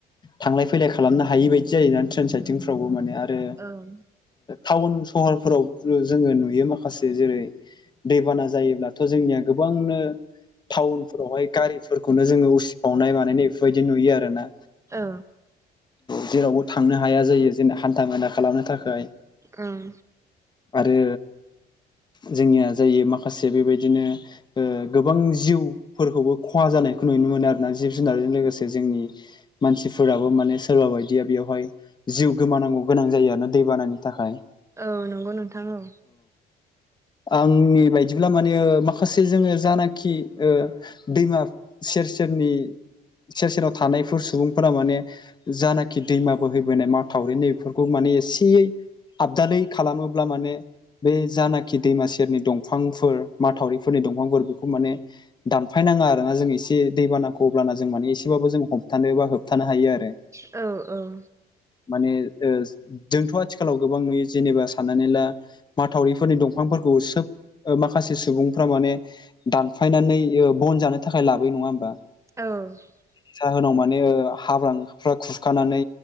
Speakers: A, on the left; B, on the right.
A: थांलाय फैलाय खालामनो हायि बायदि जायोोना ट्रेन साइटिंफ्रावबो माने आरो
B: औ
A: टाउन सहरफोराव जोङो नुयो माखासे जेरै दैबाना जायोब्लाथ' जोंनिया गोबांनो टाउनफोरावहाय गारिफोरखौनो जोङो उसिबावनाय बानायनाय बेफोरबायदि नुयो आरो ना।
B: औ
A: जेरावबो थांनो हाया जायो जेनना हान्था मेला खालामनो थाखाय
B: ओं
A: आरो जोंनिया जायो माखासे बेबायदिनो ओ गोबां जिउ फोरखौबो खहा जानायखौ नुनो मोनो आरोोना जिब जुनारजों लोगोसे जोंनि मानसिफोराबो माने सोरबा बायदिया बेवहाय जिउ गोमानांगौ गोनां जायो आरो दै बानानि थाखाय।
B: औ नंगौ नोंथां औ
A: आंनि बायदिब्ला माने माखासे जोङो जानाखि ओ दैमा सेर सेरनि सेर सेराव थानायफोर सुबुंफोरा माने जानाखि दैम बोहैबोनाय माथावरि नै बेफोरखौ माने एसेयै आबदादै खालामोब्ला माने बे जानाखि जखि दैमा सेरनि दंफांफोर माथावरिफोरनि दंफांफोर बेखौ माने दानफायनाङा आरोना जों एसे दैबानाखौ अब्ला जों माने एसेबाबो जों हमथानो बा होबथानो हायो आरो।
B: औ औ
A: माने जोंथ' आथिखालाव गोबां नुयो जेनेबा साननानै ला माथावरिफोरनि दं। बिफांफोरखौ सोब माखासे सुबुंफ्रा माने दानफायनानै बन जानो थाखाय लाबोयो नङा होमबा?
B: औ
A: जाहोनाव माने हाब्रांफ्रा खुरखानानै